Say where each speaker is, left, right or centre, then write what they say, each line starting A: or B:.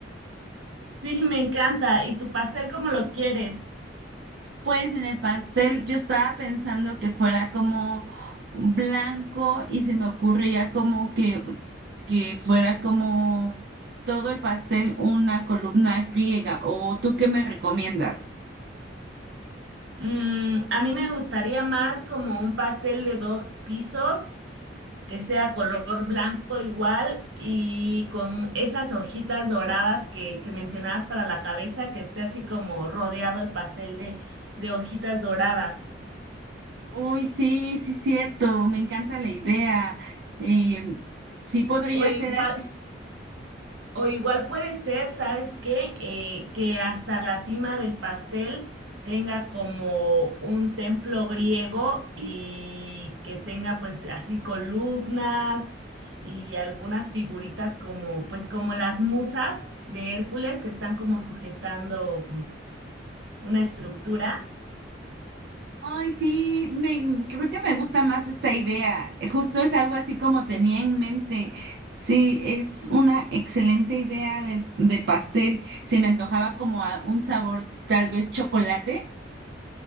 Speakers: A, on the right; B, on the right.
A: Sí, me encanta. ¿Y tu pastel cómo lo quieres?
B: Pues en el pastel yo estaba pensando que fuera como blanco y se me ocurría como que, que fuera como todo el pastel una columna griega. ¿O tú qué me recomiendas?
A: Mm, a mí me gustaría más como un pastel de dos pisos que sea color blanco igual y con esas hojitas doradas que, que mencionabas para la cabeza, que esté así como rodeado el pastel de, de hojitas doradas.
B: Uy, sí, sí, cierto, me encanta la idea. Em, sí podría
A: O igual,
B: ser así.
A: O igual puede ser, ¿sabes qué? Eh, que hasta la cima del pastel tenga como un templo griego y que tenga pues así columnas y algunas figuritas como pues como las musas de Hércules que están como sujetando una estructura.
B: Ay, sí, me, mm, creo que me gusta más esta idea. Justo es algo así como tenía en mente. Sí, es una excelente idea del- de, pastel. Se me antojaba como a un sabor tal vez chocolate.